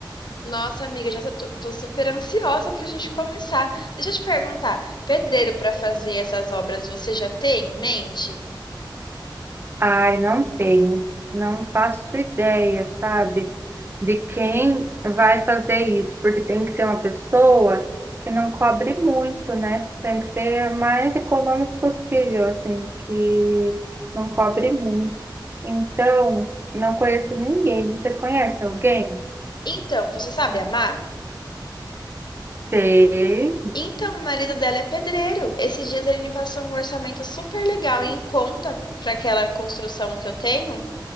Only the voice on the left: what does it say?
Nossa, amiga, já tô, tô super ansiosa pra gente começar. Deixa eu te perguntar, pedreiro para fazer essas obras você já tem em mente?
Então, você sabe amar?
Então, o marido dela é pedreiro. Esses dias ele me passou um orçamento super legal e em conta para aquela construção que eu tenho,